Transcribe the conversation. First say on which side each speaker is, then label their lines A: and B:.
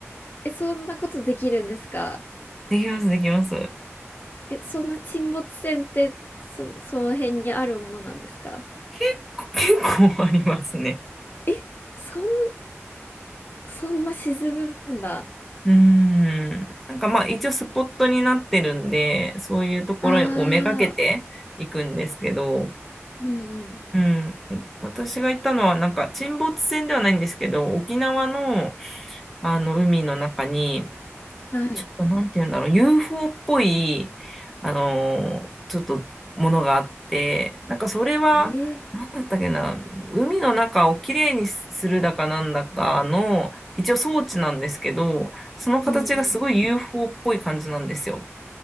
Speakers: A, on the left (about 40°); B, in the centre.
A: え、そんなことできるんですか
B: できます、できます。
A: え、そんな沈没船って、そ、その辺にあるものなんですか
B: 結構、結構ありますね。
A: え、そんな。そんな沈むんだ。
B: うーん。なんかまあ一応スポットになってるんで、そういうところをめがけていくんですけど、
A: ああ、うんうん。
B: うん。私が行ったのはなんか沈没船ではないんですけど、沖縄のあの海の中に
A: はい。
B: ちょっとなんて言うんだろう、UFO っぽい、あのーちょっとものがあって、なんかそれは、
A: ええ
B: なんだったっけな、海の中をきれいにするだかなんだかの、一応装置なんですけど、その形がすごい
A: うんうん。
B: UFO っぽい感じなんですよ。